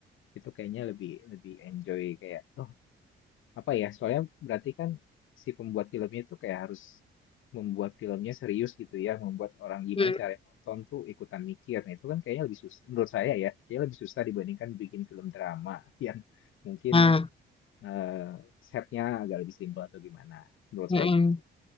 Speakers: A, on the left (about 80°); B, on the left (about 25°).
A: Itu kayaknya lebih lebih enjoy kayak oh apa ya soalnya berarti kan si pembuat filmnya itu kayak harus membuat filmnya serius gitu ya, membuat orang gimana
B: Mm.
A: cara nonton tuh ikutan mikir. Nah, itu kan kayaknya lebih susah menurut saya ya, kayaknya lebih susah dibandingkan bikin film drama <laughs> yang mungkin
B: ah,
A: eh, setnya agak lebih simpel atau gimana. Menurut
B: mm-mm.
A: saya gitu.